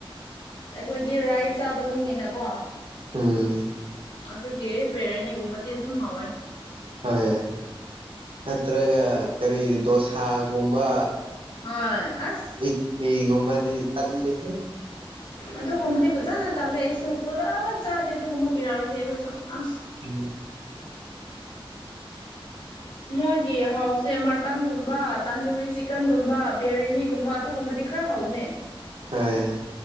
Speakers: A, on the left; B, on the right.
A: ꯑꯩꯈꯣꯏꯗꯤ ꯔꯥꯏꯁ ꯆꯥꯕ ꯃꯤꯅꯤꯅꯀꯣ꯫
B: ꯎꯝ꯫
A: ꯑꯗꯨꯒꯤ ꯕꯤꯔꯌꯥꯅꯤꯒꯨꯝꯕꯗꯤ ꯑꯗꯨꯝ ꯍꯧꯋꯦ꯫
B: ꯍꯣꯏ ꯅꯠꯇ꯭ꯔꯒ ꯀꯔꯤ ꯗꯣꯁꯥꯒꯨꯝꯕ
A: ꯍꯣꯏ ꯑꯁ
B: ꯏ ꯏꯛꯂꯤ ꯒꯨꯝꯕꯗꯤ ꯇꯜꯂꯦꯍꯦ꯫
A: ꯑꯗꯨꯒꯨꯝꯕꯗꯤ ꯐꯖꯅ ꯇꯜꯂꯦ ꯑꯩꯁꯨ ꯄꯨꯔꯥ ꯆꯥꯗꯦ ꯑꯗꯨꯒꯨꯝꯕ ꯄꯤꯔꯛꯔꯗꯤ ꯑꯩꯈꯣꯏꯁꯨ ꯑꯁ
B: ꯏꯌꯨ
A: ꯃꯣꯏꯒꯤ ꯍꯥꯎꯁꯦ ꯃꯥꯔꯇꯟꯒꯨꯝꯕ ꯇꯟꯗꯨꯔꯤ ꯆꯤꯛꯀꯟꯒꯨꯝꯕ ꯕꯤꯔꯌꯥꯅꯤꯒꯨꯝꯕ ꯑꯗꯨꯒꯨꯝꯕꯗꯤ ꯈꯔ ꯍꯥꯎꯕꯅꯦ꯫
B: ꯍꫭꯏꯌꯦ